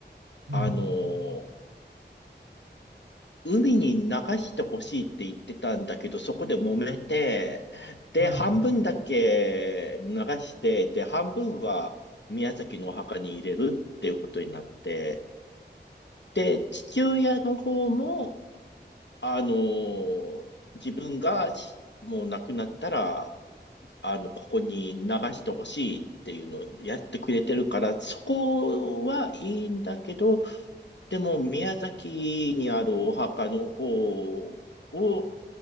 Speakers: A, on the right (about 75°); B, on the left (about 75°).
A: うん
B: あのー海に流してほしいって言ってたんだけど、そこで揉めて、で、
A: はい
B: 半分だけ流して、で、半分は宮崎のお墓に入れるっていうことになって、で、父親の方も、あのー自分がしもう亡くなったら、あの、ここに流してほしいっていうのをやってくれてるから、そこはいいんだけど、でも宮崎にあるお墓の方を